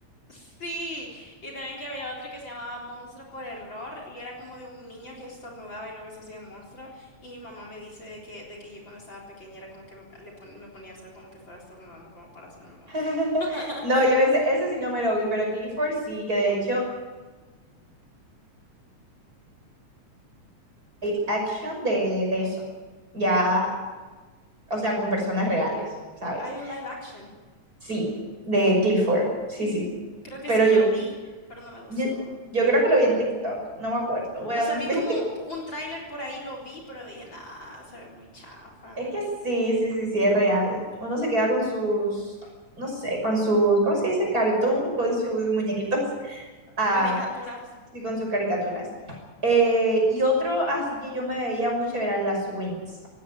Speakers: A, on the left (about 40°); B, on the right (about 30°).
A: Sí, y también que había otra que se llamaba Monstruo por Error y era como de un niño que estornudaba y luego se hacía un monstruo y mi mamá me dice de que, de que yo cuando estaba pequeña era como que me, le pon- me ponía a hacer como que estaba estornudando como para hacerme monstruo.
B: <laughs>
A: <laughs>
B: No, yo ese, ese sí no me lo vi, pero Clifford sí, que de hecho, live action de, de eso. Ya, o sea, con personas reales, ¿sabes?
A: Hay un live action,
B: Sí, de Clifford. Sí, sí.
A: creo que
B: Pero
A: sí
B: yo,
A: lo vi, pero no me gustó.
B: yo, yo creo que lo vi en TikTok, no me acuerdo. Bueno,
A: O sea,
B: en
A: vi
B: fin.
A: como p- un tráiler por ahí, lo vi, pero dije, nah, se ve muy chafa.
B: Es que sí, sí, sí, sí, es real. Uno se queda con sus, no sé, con sus, ¿cómo se dice? Cartoon, con sus muñequitos, <laughs> ah,
A: Caricaturas.
B: sí, con sus caricaturas. Eh, y otro así que yo me veía mucho eran las Wings.